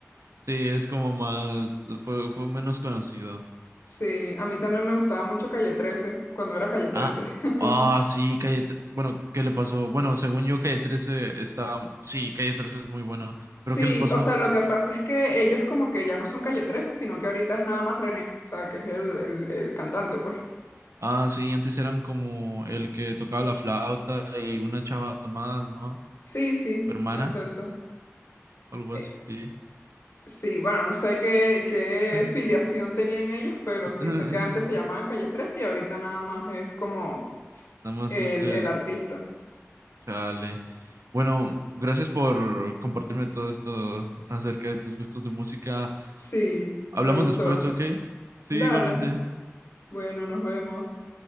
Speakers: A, on the right (about 75°); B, on the left (about 55°).
A: Sí, es como más, fue, fue menos conocido.
B: Sí, a mí también me gustaba mucho Calle trece cuando era Calle trece,
A: Ah,
B: <laughs>
A: ah, sí, Calle, Tre- bueno, ¿qué le pasó? Bueno, según yo, Calle 13 está, sí, Calle 13 es muy bueno,
B: Sí,
A: pero ¿qué les pasó?
B: o sea, lo que pasa es que ellos como que ya no son Calle trece, sino que ahorita es nada más René, o sea, que es el, el, el cantante, pues.
A: Ah, sí, antes eran como el que tocaba la flauta y una chava más, ¿no?
B: Sí, sí,
A: Su hermana,
B: exacto.
A: algo
B: Eh,
A: así.
B: sí, bueno, no sé qué, qué
A: <laughs>
B: filiación tenían ellos, pero
A: Nada
B: sí sé que antes se llamaban Calle 13 y ahorita nada más es como
A: más
B: el,
A: este,
B: el artista.
A: chale. Bueno, gracias por compartirme todo esto acerca de tus gustos de música.
B: Sí,
A: Hablamos
B: me gustó.
A: después, ¿ok? Sí,
B: Dale,
A: igualmente.
B: bueno, nos vemos.